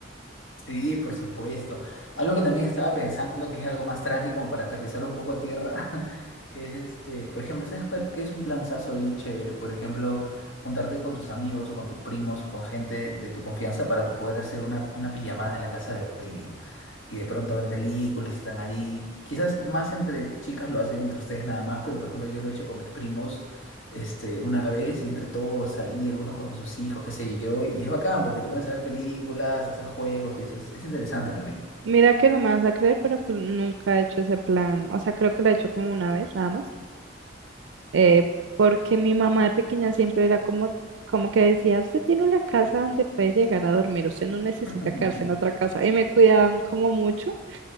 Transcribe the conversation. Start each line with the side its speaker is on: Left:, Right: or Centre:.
Left: Sí, por supuesto. Algo que también estaba pensando que es algo más tranqui como para aterrizar un poco a tierra <laughs> es este, por ejemplo, ¿sabes cuál, qué es un planzazo bien chévere? Por ejemplo, juntarte con tus amigos o con tus primos o con gente de tu confianza para poder hacer una, una pijamada en la casa de alguien. Y de pronto ven películas, están ahí. Quizás más entre chicas lo hacen entre ustedes nada más, pero por ejemplo yo lo he hecho con mis primos este, una vez y entre todos ahí, algunos con sus hijos, qué sé yo, y es bacán porque te pones a ver películas, a hacer juegos y eso es, es interesante también.
Right: Mira que no me vas a creer, pero que nunca he hecho ese plan, o sea, creo que lo he hecho como una vez, nada más, eh, porque mi mamá de pequeña siempre era como, como que decía, usted tiene la casa donde puede llegar a dormir, usted no necesita
Left: <laughs>
Right: quedarse en otra casa, y me cuidaban como mucho.